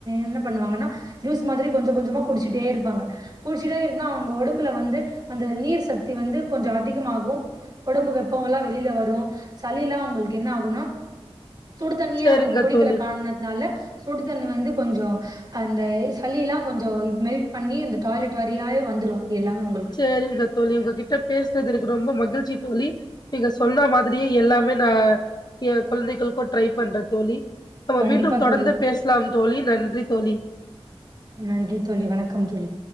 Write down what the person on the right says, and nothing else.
என்ன பண்ணுவாங்கன்னா ஜூஸ் மாதிரி கொஞ்சோ கொஞ்சமா குடிச்சுட்டே இருப்பாங்க குடிச்சிட்டே இருந்தா அவுங்க ஒடம்புல வந்து அந்த நீர் சக்தி வந்து கொஞ்சோ அதிகமாகு ஒடம்பு வெப்போலா வெளில வரு சளிலா அவுங்களுக்கு என்ன ஆகுனா சுடுதண்ணியே
அவுங்க குடிக்கிற
காரணத்தால சுடுதண்ணி வந்து கொஞ்சோ அந்த சளிலா கொஞ்சோ இது மெல்ட் பண்ணி அந்த டாய்லெட் வழியாவே வந்துரு எல்லாமே உங்களுக்கு
கண்டிப்பா
தோழி
நன்றி தோழி வணக்கம் தோழி